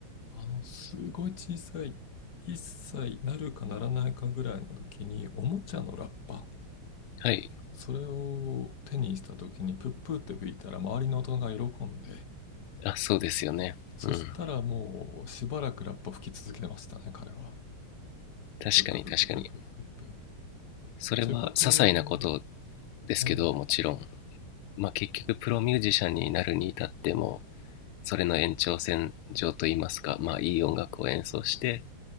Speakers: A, on the left; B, on the left.
A: あの、すごい小さい、一歳なるかならないかぐらいの時に、おもちゃのラッパ、
B: はい
A: それを手にした時に、プップーって吹いたら、周りの大人が喜んで、
B: あそうですよねうん
A: そしたらもう、しばらくラッパ吹き続けてましたね、彼は。
B: 確かに確かに
A: プッププププププププ。
B: それは些細なこと
A: そういうことを、
B: ですけどもちろん
A: ええ
B: まあ結局プロミュージシャンになるに至ってもそれの延長線上といいますかまあいい音楽を演奏して